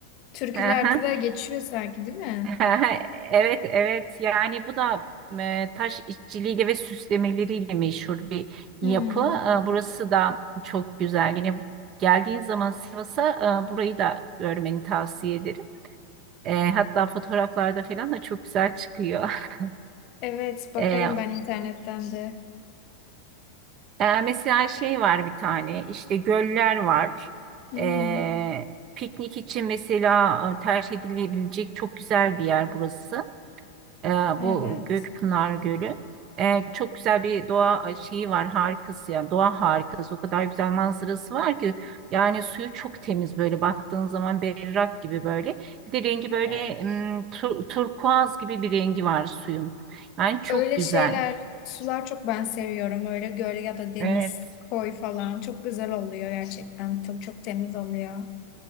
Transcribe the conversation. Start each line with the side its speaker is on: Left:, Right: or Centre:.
Left: Türkülerde
Right: <laughs>
Left: de geçiyor sanki değil mi?
Right: <laughs> Evet, evet. Yani bu da e, taş işçiliğiyle ve süslemeleriyle meşhur bir
Left: Hmm.
Right: yapı. E, burası da çok güzel. Yine geldiğin zaman Sivas'a e, burayı da görmeni tavsiye ederim. E, hatta fotoğraflarda falan da çok güzel çıkıyor. <laughs>
Left: Evet bakarım
Right: E,
Left: ben internetten de.
Right: e, mesela şey var bir tane, işte göller var.
Left: Hı
Right: E,
Left: hı.
Right: piknik için mesela e, tercih edilebilecek çok güzel bir yer burası. E, bu
Left: Evet.
Right: Gökpınar Gölü. E, çok güzel bir doğa şeyi var harikası yani doğa harikası o kadar güzel manzarası var ki yani suyu çok temiz böyle baktığın zaman berrak gibi böyle bir de rengi böyle
Left: Evet.
Right: mm, tur- turkuaz gibi bir rengi var suyun yani çok
Left: Öyle
Right: güzel.
Left: şeyler, sular çok ben seviyorum. Öyle göl ya da deniz,
Right: Evet,
Left: koy falan. Çok güzel oluyor gerçekten. Çok çok temiz oluyor.